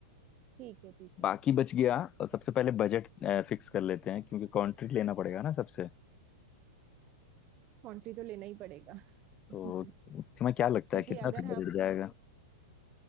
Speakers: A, on the right; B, on the left.
A: ठीक है ठीक
B: बाकी
A: है
B: बच गया और सबसे पहले बजट फिक्स कर लेते हैं क्योंकि कॉन्ट्रैक्ट लेना पड़ेगा ना सबसे
A: कंट्री तो लेना ही पड़ेगा
B: तो
A: <laughs>
B: तुम्हें क्या लगता
A: क्योंकि
B: है कितना
A: अगर
B: तक
A: हम
B: बजट जाएगा